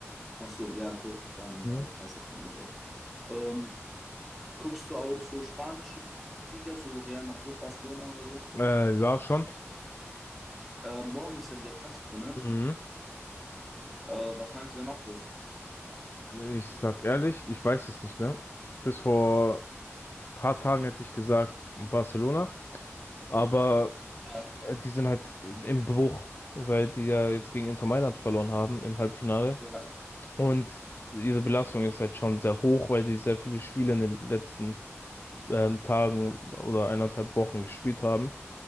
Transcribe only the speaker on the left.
Hm?
Äh, ja, schon.
Mhm.
Ich sag ehrlich, ich weiß es nicht mehr. Bis vor paar Tagen hätte ich gesagt Barcelona, aber
äh, die sind halt im Bruch, weil die ja jetzt gegen Inter Mailand verloren haben im Halbfinale.
Und diese Belastung ist halt schon sehr hoch, weil die sehr viele Spiele in den letzten ähm, Tagen oder eineinhalb Wochen gespielt haben.